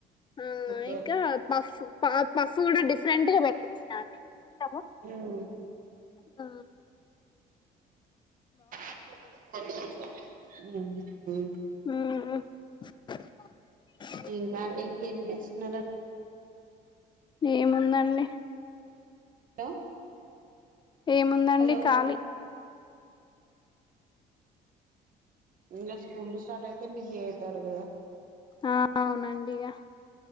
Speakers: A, on the left; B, on the right.
A: ఆ
B: ఓకే
A: ఇంకా పఫ్ ప పఫ్ కూడా డిఫరెంట్గా పెట్టిచ్చిన అండి టవో
B: ఉమ్
A: ఆ
B: అట్లా బాగుందే ఉ ఉ
A: ఉహు
B: దీని బ్యాండింగ్ ఏం చేసినాడా
A: ఏముందండి
B: హలో
A: ఏముందండి
B: హలో
A: ఖాళీ
B: ఇంకా స్కూల్ స్టార్ట్ అయితే బిజీ అయితారు కదా
A: ఆ అవునండి ఇగా